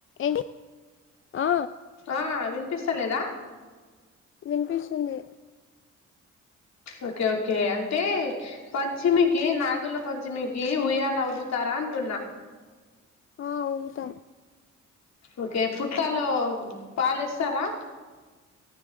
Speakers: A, on the left; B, on the left.
A: ఏంటి ఆ
B: ఆ వినిపిస్తలేద
A: వినిపిస్తుంది
B: ఓకే ఓ ఓకే అంటే పంచమికి నాగుల పంచమికి ఉయ్యాల ఊగుతార అంటున్నా
A: ఆ ఊగుతం
B: ఓకే పుట్టలో పాలెస్ తరా